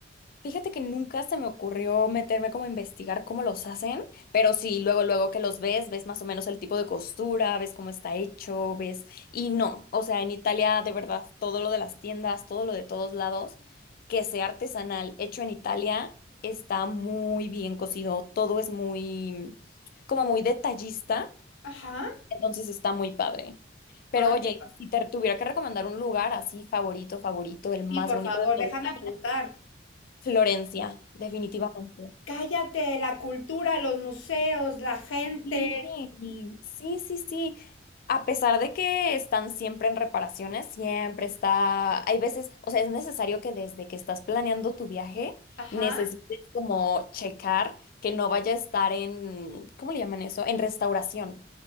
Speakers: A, on the left; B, on the left.
A: Fíjate que nunca se me ocurrió meterme como a investigar cómo los hacen, pero sí, luego, luego que los ves, ves más o menos el tipo de costura, ves cómo está hecho, ves... Y no, o sea, en Italia de verdad, todo lo de las tiendas, todo lo de todos lados, que sea artesanal, hecho en Italia, está muy bien cocido, todo es muy, como muy detallista,
B: Ajá.
A: entonces está muy padre. Pero
B: Ah,
A: oye,
B: qué pa-
A: si te tuviera que recomendar un lugar así favorito, favorito, el más
B: Sí, por
A: bonito
B: favor,
A: de todo
B: déjame
A: Italia,
B: apuntar.
A: Florencia, definitivamente.
B: Cállate, la cultura, los museos, la gente.
A: Sí, y- sí, sí, sí. A pesar de que están siempre en reparaciones, siempre está, hay veces, o sea, es necesario que desde que estás planeando tu viaje,
B: Ajá.
A: necesites como checar que no vaya a estar en, ¿cómo le llaman eso? En restauración.